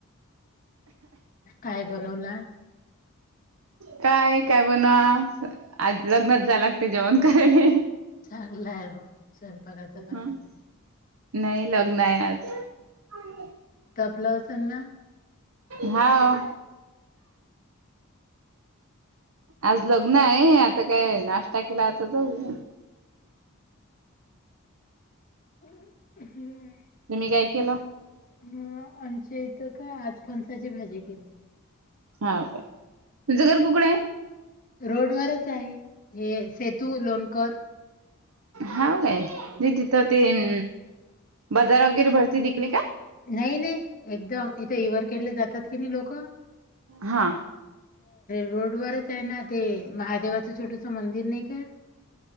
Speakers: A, on the left; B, on the right.
A: काय बनवला?
B: काय काय बनवा आज लग्नात लागते जेवण करायले.
A: चागला आहे म स्वयंपाकाचं
B: हं
A: काम नाही.
B: नाही लग्नये आज.
A: लवचलना.
B: हाव. आज लग्न आहे. आता काय नाश्ता केला. आता जाऊ.
A: हम्म.
B: तुम्ही काय केला?
A: ह आमच्या इथं काय? आज फणसाची भाजी केली.
B: हा काय? तुमच घर कुकडये?
A: रोड वरच आहे, हे सेतू लोनकर.
B: हाव काय? ते तिथं ते अम बाजार वगैरे भरती तिकडे का?
A: नाही नाही एकदम इथे इव्हर केेडले जातात, की नाही लोकं.
B: हा.
A: रोड वरच आहे ना ते महादेवाचं छोटस मंदिर नाही का?